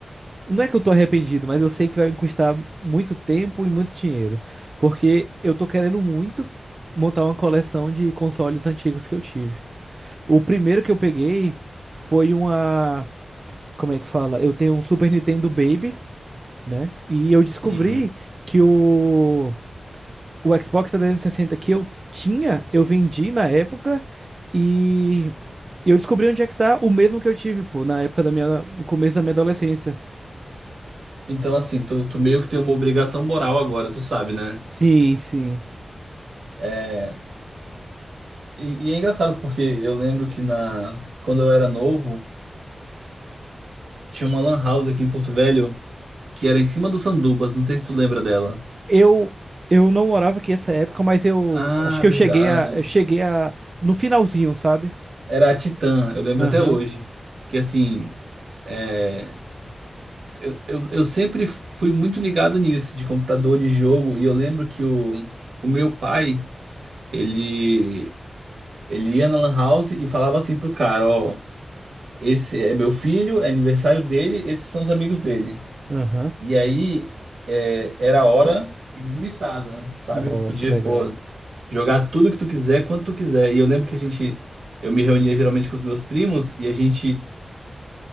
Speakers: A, on the right; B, on the right.
A: não é que eu tô arrependido, mas eu sei que vai me custar muito tempo e muito dinheiro. Porque eu tô querendo muito montar uma coleção de consoles antigos que eu tive. O primeiro que eu peguei foi uma. Como é que fala? Eu tenho um Super Nintendo Baby, né? E eu descobri
B: Uhum.
A: que o, o Xbox 360 que eu tinha, eu vendi na época. E e eu descobri onde é que tá o mesmo que eu tive, pô, na época da minha, no começo da minha adolescência.
B: Então, assim, tu, tu meio que tem uma obrigação moral agora, tu sabe, né?
A: Sim, sim.
B: É, e, e é engraçado porque eu lembro que na, quando eu era novo, tinha uma lan house aqui em Porto Velho que era em cima do Sandubas, não sei se tu lembra dela.
A: Eu eu não morava aqui essa época, mas eu
B: Ah,
A: acho que eu
B: verdade.
A: cheguei a eu cheguei a no finalzinho, sabe?
B: Era a Titã, eu lembro
A: Aham.
B: até hoje. Que assim, é, eu, eu, eu sempre fui muito ligado nisso, de computador, de jogo, e eu lembro que o, o meu pai, ele, ele ia na lan house e falava assim pro cara, ó. esse é meu filho, é aniversário dele, esses são os amigos dele.
A: Aham.
B: E aí é, era hora ilimitada, sabe?
A: Nossa,
B: Podia,
A: legal.
B: pô, jogar tudo que tu quiser, quanto tu quiser. E eu lembro que a gente, eu me reunia geralmente com os meus primos e a gente